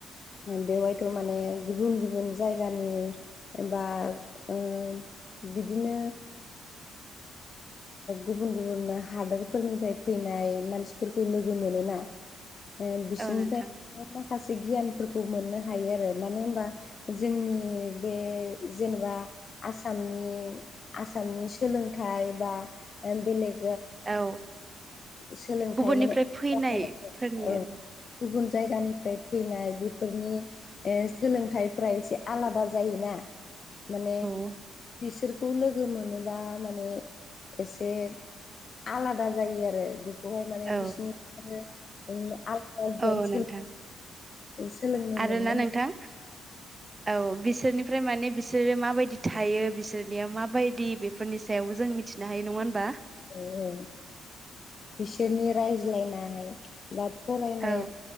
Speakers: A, on the left; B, on the right.
A: बेवहायथ' माने गुबुन गुबुन जायगानि बा ओ बिदिनो गुबुन गुबुन हादोरफोरनिफ्राय फैनाय मानसिफोरखौ लोगो मोनोना
B: <inaudible>
A: ओ बिसोरनिफ्राय
B: औ नोंथां
A: माखासे गियानफोरखौ मोननो हायो आरो मानो होनबा जोंनि बे जेनेबा आसामनि आसामनि सोलोंथाइ बा बेलेग
B: औ
A: सोलोंथाइ
B: गुबुननिफ्राय
A: माने
B: फैनायफोरनि
A: औ
B: आरो
A: गुबुन जायगानिफ्राय फैनाय बेफोरनि सोलोंथाइफ्रा एसे आलादा जायोना माने
B: औ
A: बिसोरखौ लोगो मोनोबा माने एसे आलादा जायो आरो बेहाय माने
B: औ
A: बिसिोरनि आरो आलदा
B: औ
A: आ
B: नोंथां
A: सोलोंनो
B: आरोना
A: मोननो
B: नोंथां
A: हागौ
B: औ बिसोरनि ओमफ्राय माने बिसोरो माबायदि थायो बिसोरनिया माबायदि बेफोरनि सायावबो जों मिथिनो हायो नङा होनबा
A: औ औ बिसोरनि रायजलायनाय बा फरायनाय
B: औ